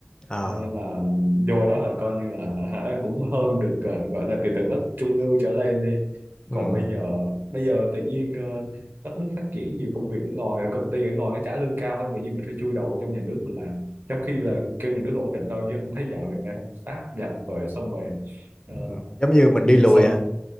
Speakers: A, on the left (about 20°); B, on the right (about 55°).
A: Ờ,
B: Cho nên là vô đó là coi như là hả, cũng hơn được ờ, gọi là từ tầng lớp trung lưu trở lên đi
A: ừ,
B: còn bây giờ bây giờ tự nhiên ờ, đất nước phát triển nhiều công việc ở ngoài công ty ở ngoài nó trả lương cao hơn tự nhiên mình phải chui đầu trong nhà nước mình làm trong khi
A: ừ,
B: là kêu nhà nước ổn định đâu chứ ông thấy dạo này không sát dập rồi xong rồi ờ,
A: ừ. giống như mình
B: ừ,
A: đi lùi
B: xong
A: à